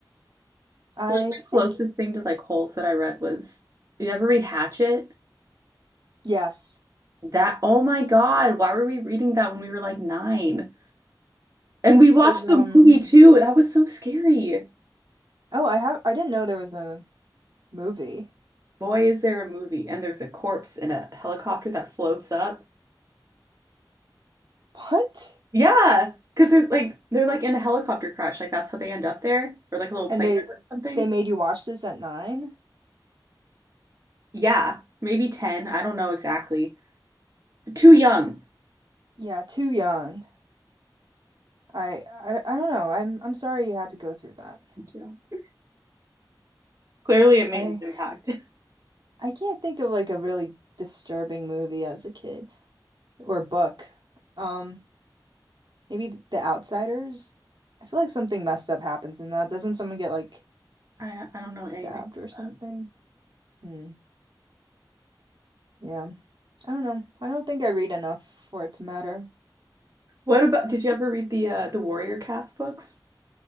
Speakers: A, on the right; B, on the right.
A: I
B: I
A: feel like the closest
B: think
A: thing to like holes that I read was, you ever read Hatchet?
B: yes.
A: That, oh my God, why were we reading that when we were like nine? And we watched
B: Cause um
A: the movie too. That was so scary.
B: oh, I have I didn't know there was a movie. <laughs>
A: Boy, is there a movie. And there's a corpse in a helicopter that floats up.
B: What?
A: Yeah. Because there's like, they're like in a helicopter crash. Like that's how they end up there, or like a little
B: And
A: plane
B: they
A: or something.
B: they made you watch this at nine?
A: Yeah, maybe 10. I don't know exactly. But too young.
B: Yeah, too young. I I, I don't know. I'm I'm sorry you had to go through that.
A: Thank you. Clearly, it made
B: I.
A: an impact. <laughs>
B: I can't think of like a really disturbing movie as a kid or book. Um, maybe th- The Outsiders. I feel like something messed up happens in that. Doesn't someone get like
A: I I don't know
B: stabbed
A: anything
B: or
A: about
B: something?
A: that.
B: Hmm. Yeah. I don't know. I don't think I read enough for it to matter.
A: What about, did you ever read the uh, the Warrior Cats books?